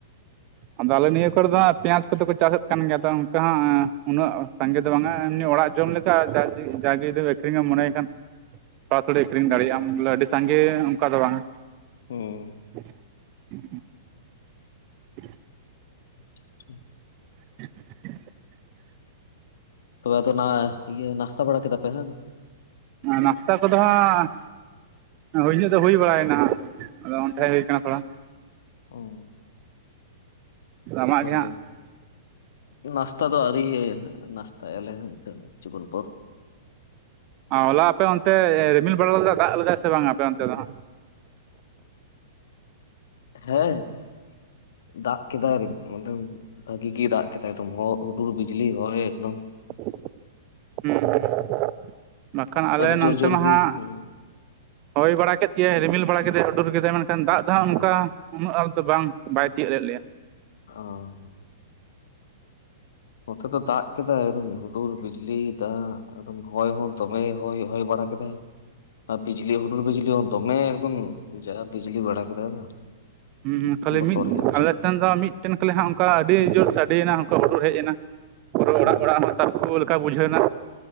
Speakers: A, on the right; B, on the left.
A: ᱟᱫᱚ ᱟᱞᱮ ᱱᱤᱭᱟᱹ ᱠᱚᱨᱮ ᱫᱚ ᱱᱷᱟᱜ ᱯᱮᱸᱭᱟᱡᱽ ᱠᱚᱫᱚᱠᱚ ᱪᱟᱥᱮᱫ ᱠᱟᱱ ᱜᱮᱭᱟ ᱛᱚ ᱚᱱᱠᱟ ᱦᱟᱜ ᱚᱸ ᱩᱱᱟᱹᱜ ᱥᱟᱸᱜᱮ ᱫᱚ ᱵᱟᱝᱼᱟ ᱮᱢᱱᱤ ᱚᱲᱟᱜ ᱡᱚᱢ ᱞᱮᱠᱟ ᱡᱟᱭ ᱡᱤ ᱡᱟᱭ ᱡᱤ ᱟ. ᱠᱷᱨᱤᱧᱮᱢ ᱢᱚᱱᱮ ᱞᱮᱠᱷᱟᱱ ᱛᱷᱚᱲᱟ ᱛᱷᱚᱲᱤ ᱟᱹᱠᱷᱨᱤᱧ ᱫᱟᱲᱮᱭᱟᱜ ᱟᱢ ᱵᱚᱞᱮ ᱟᱹᱰᱤ ᱥᱟᱸᱜᱮ ᱚᱱᱠᱟ ᱫᱚ ᱵᱟᱝ
B: ᱦᱩᱸ
A: <inaudible> <inaudible>
B: <inaudible>
A: <inaudible>
B: ᱛᱚᱵᱮ ᱟᱫᱚ ᱱᱟᱜ ᱤᱭᱟ. ᱱᱟᱥᱛᱟ ᱵᱟᱲᱟ ᱠᱮᱫᱟ ᱯᱮ ᱦᱟᱝ
A: ᱱᱟᱥᱛᱟ ᱠᱚᱫᱚ ᱦᱟᱸᱜ ᱦᱩᱭ ᱧᱚᱜ ᱫᱚ ᱦᱩᱭ ᱵᱟᱲᱟᱭ ᱱᱟ ᱦᱟᱜ ᱟᱫᱚ ᱚᱱᱰᱷᱮ ᱦᱩᱭ ᱟᱠᱟᱱᱟ ᱛᱷᱚᱲᱟ
B: ᱚᱸ
A: ᱟᱢᱟᱜ
B: ᱦᱳᱭ
A: ᱜᱮ ᱦᱟᱸᱜ
B: ᱦᱳᱭ ᱱᱟᱥᱛᱟ ᱫᱚ ᱟ <unintelligible> ᱱᱟᱥᱛᱟᱭᱟᱞᱮ ᱦᱟᱸᱜ ᱠᱤᱪᱷᱩ ᱠᱷᱚᱱ ᱯᱚᱨ
A: ᱟᱸ ᱦᱚᱞᱟ ᱟᱯᱮ ᱚᱱᱛᱮ ᱨᱤᱢᱤᱞ ᱵᱟᱲᱟ ᱞᱮᱫᱟ ᱫᱟᱜᱽ ᱞᱮᱫᱟᱭ ᱥᱮ ᱵᱟᱝ ᱟᱯᱮ ᱚᱱᱛᱮ ᱫᱚ ᱦᱟᱸᱜ
B: ᱦᱮᱸ ᱫᱟᱜᱽ ᱠᱮᱫᱟᱭ <unintelligible> ᱵᱷᱟᱜᱤ ᱜᱮ ᱫᱟᱜᱽ ᱠᱮᱫᱟᱭ ᱦᱚᱜ ᱦᱩᱰᱩᱨ ᱵᱤᱡᱽᱞᱤ ᱦᱚᱭ ᱮᱠᱫᱚᱢ
A: <unintelligible> ᱦᱩᱸ ᱦᱩᱸ ᱵᱟᱝ ᱠᱷᱟᱱ ᱟᱞᱮ
B: ᱟᱹᱰᱤ
A: ᱱᱚᱱᱛᱮ
B: ᱡᱳᱨ ᱡᱳᱨ
A: ᱢᱟ
B: ᱜᱮ
A: ᱦᱟᱸᱜ
B: ᱦᱩᱸ,
A: ᱦᱚᱭ ᱵᱟᱲᱟ ᱠᱮᱫ ᱜᱮᱭᱟᱭ ᱨᱤᱢᱤᱞ ᱵᱟᱲᱟ ᱠᱮᱫᱟᱭ ᱦᱩᱰᱩᱨ ᱠᱮᱫᱟᱭ ᱢᱮᱱᱠᱷᱟᱱ ᱫᱟᱜᱽ ᱫᱚ ᱦᱟᱜ ᱚᱝᱠᱟ ᱩᱱᱟᱹᱜ ᱟᱞ ᱫᱚ ᱵᱟᱝ ᱵᱟᱭ ᱛᱤᱭᱟᱹᱜ ᱞᱮᱫ ᱞᱮᱭᱟ
B: ᱚᱸ ᱱᱚᱛᱮ ᱫᱚ ᱫᱟᱜ ᱠᱮᱫᱟᱭ ᱮᱠᱫᱚᱢ ᱦᱩᱰᱩᱨ ᱵᱤᱡᱽᱞᱤ ᱫᱟᱜ ᱮᱠᱫᱚᱢ ᱦᱚᱭ ᱦᱚᱸ ᱫᱚᱢᱮᱭ ᱦᱚᱭ ᱦᱚᱭ ᱵᱟᱲᱟ ᱠᱮᱫᱟᱭ ᱟᱨ ᱵᱤᱡᱽᱞᱤ ᱦᱩᱰᱩᱨ ᱵᱤᱡᱽᱞᱤ ᱦᱚᱸ ᱫᱚᱢᱮᱭ ᱮᱠᱫᱚᱢ ᱡᱟ ᱵᱤᱡᱽᱞᱤ ᱵᱟᱲᱟ ᱠᱮᱫᱟᱭ ᱵᱟᱝ
A: ᱦᱩᱸ ᱦᱩᱸ ᱠᱷᱟ. ᱞᱤ
B: ᱵᱚᱛᱚᱨ
A: ᱢᱤᱫ
B: ᱜᱮ ᱵᱩᱡᱷᱟᱹᱜ
A: ᱟᱞᱮ
B: ᱠᱟᱱ
A: ᱥᱮᱱ
B: ᱛᱟᱦᱮᱸᱱᱟ
A: ᱫᱚ ᱢᱤᱫ ᱢᱤᱫᱴᱮᱱ ᱠᱷᱟᱞᱤ ᱦᱟᱸᱜ ᱚᱱᱠᱟ ᱟᱹᱰᱤ ᱡᱳᱨ ᱥᱟᱰᱮᱭᱮᱱᱱᱟ ᱚᱱᱠᱟ ᱦᱩᱰᱩᱨ ᱦᱮᱡ ᱮᱱᱟ ᱯᱩᱨᱟᱹ
B: ᱦᱩᱸ
A: ᱚᱲᱟᱜ ᱚᱲᱟᱜ ᱦᱚᱸ ᱛᱟᱨᱠᱩ <unintelligible> ᱵᱩᱡᱷᱟᱹᱣᱱᱟ